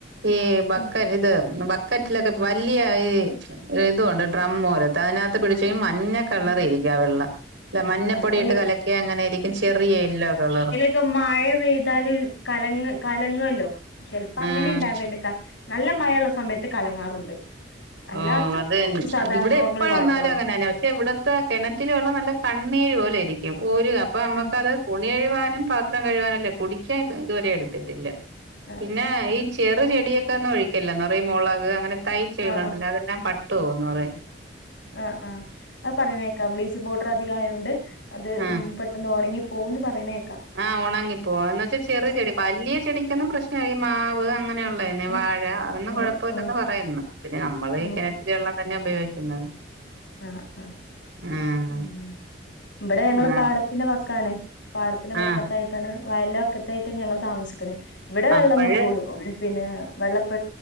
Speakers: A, on the right; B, on the left.
A: ഈ ബക്കൻ
B: ഉം
A: ഇത് ബക്ക കറ്റിലൊക്കെ വലിയ ഈ ഇതൊണ്ട് ഡ്രം മ പോലത്തെ അതിനകത്ത് പിടിച്ചഈ മഞ്ഞ കളർ
B: ഉം
A: ഇരിക്കാം വെള്ള ഇല്ല മഞ്ഞപ്പൊടിയിട്ട്
B: ആഹ് അയ്
A: കലക്കിയ അങ്ങനെ ഇരിക്കും ചെറിയ എല്ലോ കളർ.
B: ഇപ്പൊ മഴ പെയ്താല് കല കലങ്ങല്ലോ ചിലപ്പോ
A: ഉം
B: അങ്ങനെ ഇണ്ടാവേണ്ടക്ക നല്ല മഴയുള്ള സമയത്ത് കലങ്ങാറുണ്ട്. അല്ലാത്തപ്പോ
A: ഓ അതന്നെ
B: സാധാ
A: അ ഇവിടെ
B: നോർമൽ
A: എപ്പഴ
B: വാട്ടറാണ്
A: വന്നാലും അങ്ങനെന്ന ഇവിടത്തെ കിണറ്റിൽ വെള്ള നല്ല കണ്ണീര് പോലെ ആയിരിക്കും ഒരു അപ്പ നമ്മുക്കത്
B: ആഹ്
A: ഉൽ നീ കഴാനും പാത്രം കഴുവാനുംല്ലേ കുടിക്കാൻ ഇതുവരെ എടുത്തിട്ടില്ല
B: ആഹ്
A: പിന്നെ ഈ ചെറു ചെടിയൊക്കെ ഒന്ന ഒഴിക്കല എാ പറ മുളക് അങ്ങനെ തയ്ച്ചകികൾണ്ടല്ലോ
B: ആഹ് ആഹ്
A: അതെല്ലാം പട്ടു പോന്ന് പറ
B: ആഹ് ആ് അത് പറനേക്കാ ബ്ലീചിങ്ങ് പൗഡർ അധികം ആയതുകൊണ്ട് അത്
A: ആഹ്
B: മ് പെ അന്ന്ഒണങ്ങിപ്പോന്ന് പറയണേ
A: ആഹ് ഉണങ്ങിപ്പോ എന്ന വെച്ചാ ചെറിയ ചെടി വലിയ ചെടിക്കൊന്നും പ്രശ്നമായി ഈ മാവ് അങ്ങനെയുള്ളതന്നെ
B: ആഹ്
A: വാഴ ഒന്നും
B: ആഹ്
A: കുഴപ്പ
B: ആഹ്
A: ഇല്ലെന്ന്
B: ആഹ്
A: പറയുന്നു പിന്നെ നമ്മള്
B: ഉം
A: ഈ കിണറ്റ വെള്ളം തന്നെ ഉപയോഗിക്കുന്നത്
B: ആഹ ആഹ
A: ആഹ്
B: ഉ ഇവിടെ ഞങ്ങള്
A: ആഹ്
B: പാടത്തിന്റെ വക്കാണ പാടത്തിന്റെ വക്കത്തായിട്ട്
A: ആഹ്
B: താണ് വയലിന്റെറെ വക്കത്തായിട്ട് ഞങ്ങൾ താമസിക്കണത് ഇവിടെ വെള്ളംന്നും
A: അപ്പഴ്
B: കൂടൂ പിന്നെ വെള്ളപ്പ